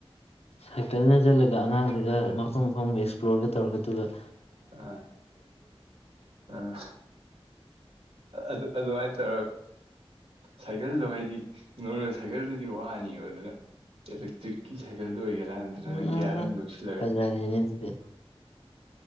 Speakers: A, on the left; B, on the right.
A: ꯁꯥꯏꯀꯜꯅ ꯆꯜꯂꯒ ꯑꯉꯥꯡꯗꯨꯒ ꯃꯐꯝ ꯃꯐꯝ ꯑꯦꯛꯁꯄ꯭ꯂꯣꯔꯒ ꯇꯧꯔꯒꯗꯨꯒ
B: ꯑꯥ ꯑꯥ ꯑꯗꯨ ꯑꯗꯨꯃꯥꯏꯅ ꯇ ꯁꯥꯏꯀꯜꯗꯣ ꯍꯥꯏꯗꯤ ꯅꯣꯔꯃꯦꯜ ꯁꯥꯏꯀꯜꯗꯨ ꯑꯗꯨ ꯋꯥꯅꯤꯕ ꯑꯗꯨꯅ ꯏꯂꯦꯛꯇ꯭ꯔꯤꯛꯀꯤ ꯁꯥꯏꯀꯜ ꯑꯗꯨ ꯑꯣꯏꯒꯦꯔꯥ ꯅꯠꯇ꯭ꯔꯒꯅ
A: ꯎꯝ ꯎꯝ
B: ꯒ꯭ꯌꯥꯔ
A: ꯎꯝ
B: ꯑꯃ ꯂꯧꯁꯜꯂꯒ
A: ꯐꯖꯔꯦꯅꯦ ꯑꯗꯨꯗꯤ